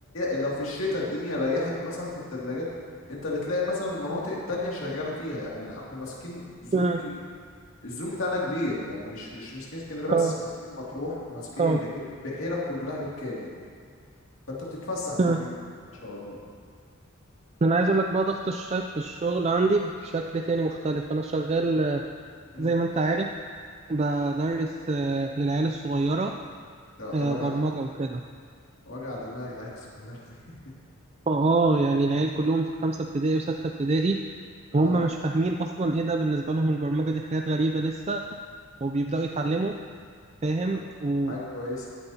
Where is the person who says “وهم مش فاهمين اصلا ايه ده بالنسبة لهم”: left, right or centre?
Right